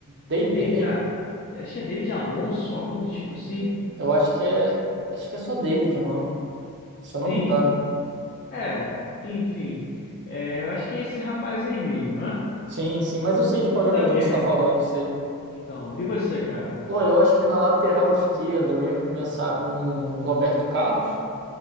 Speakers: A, on the right; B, on the left.
A: Dave,
B: David,
A: é David?
B: A- acho que é David Alonso, algo do tipo assim.
A: Eu acho que é, acho que é só David o nome, se eu não
B: Enfim,
A: me engano.
B: é, enfim, É, eu acho que é esse rapaz aí mesmo, né?
A: Sim, sim, mas eu sei de qual
B: Você
A: jogador
B: sabe quem
A: você
B: é?
A: está falando, sei.
B: Então, e você, cara?
A: Olha, eu acho que na lateral esquerda eu ia começar com o Roberto Carlos,